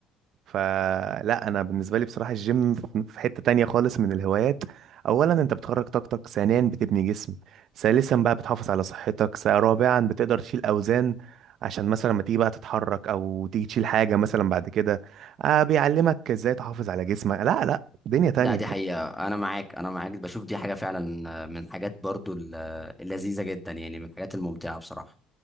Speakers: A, on the right; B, in the centre.
A: فلا انا بالنسبه لي بصراحه الجيم في في حته تانية خالص من الهوايات اولا انت بتخرج طاقتك ثانيا بتبني جسم ثالثا بقى بتحافظ على صحتك س- رابعا بتقدر تشيل اوزان عشان مثلا لما تيجي بقى تتحرك او تيجي تشيل حاجه مثلا بعد كده آه بيعلمك ازاي تحافظ على جسمك لا لا دنيا تانية
B: ده دي حقيقه انا معاك انا معاك بشوف دي حاجه فعلا آه، من الحاجات برضه ال- آه، اللذيذه جدا يعني من الحاجات الممتعه بصراحه